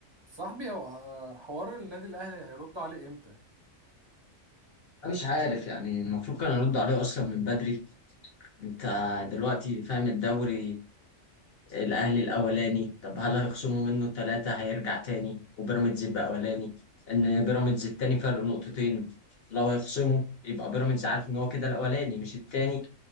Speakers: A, on the right; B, on the left.
A: صاحبي هو آه، حوار النادي الاهلي هيردوا عليه امتى
B: انا مش عارف يعني المفروض كان يرد عليه اصلا من بدري انت دلوقتي فاهم الدوري الاهلي الاولاني طب هل هيخصموا منه ثلاثة هيرجع تاني وبيراميدز يبقى اولاني ان بيراميدز التاني فرق نقطتين لو هيخصموا يبقى بيراميدز عارف ان هو كده الاولاني مش التاني